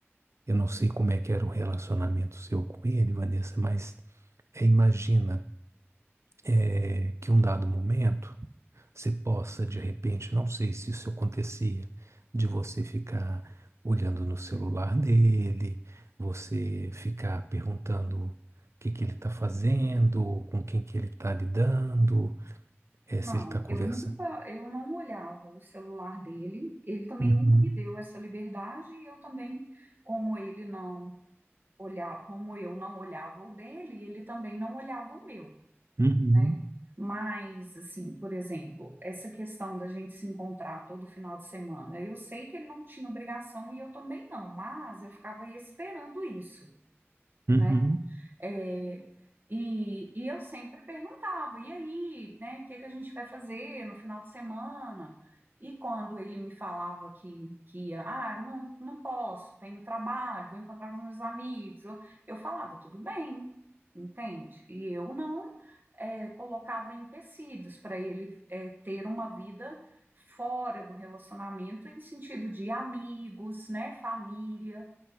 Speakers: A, on the right (about 75°); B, on the right (about 45°).
A: eu não sei como é que era o relacionamento seu com ele, Vanessa, mas é, imagina é, que um dado momento você possa, de repente, não sei se isso acontecia, de você ficar olhando no celular dele, você ficar perguntando o que que ele está fazendo, com quem que ele está lidando, é,
B: Não,
A: se ele está conversando
B: eu nunca, eu não olhava o celular dele, ele também
A: Uhum,
B: nunca me deu essa liberdade, e eu também, como ele não olhava, como eu não olhava o dele, ele também não olhava o meu,
A: uhum,
B: né? Mas, assim, por exemplo, essa questão da gente se encontrar todo final de semana, eu sei que ele não tinha obrigação e eu também não, mas eu ficava aí esperando isso,
A: uhum,
B: né? É, e, e eu sempre perguntava, e aí, né, o que que a gente vai fazer no final de semana? E quando ele me falava que, que ia, ah, não, não posso, tenho trabalho, vou encontrar com os meus amigos, eu, eu falava, tudo bem, entende? E eu não eh, colocava empecilhos para ele eh, ter uma vida fora do relacionamento, em sentido de amigos, né, família.